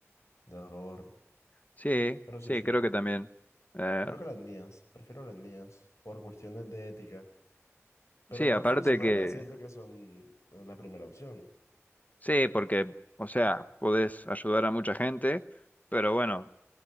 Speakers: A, on the left; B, on the left.
A: de dolor.
B: Sí,
A: Pero
B: sí,
A: sí, sí.
B: creo que también. Eh,
A: pero que las mías. Prefiero las mías por cuestiones de ética. Pero
B: sí,
A: más
B: aparte
A: funcionales
B: que,
A: siento que son eh, la primera opción.
B: sí, porque, o sea, podés ayudar a mucha gente, pero bueno,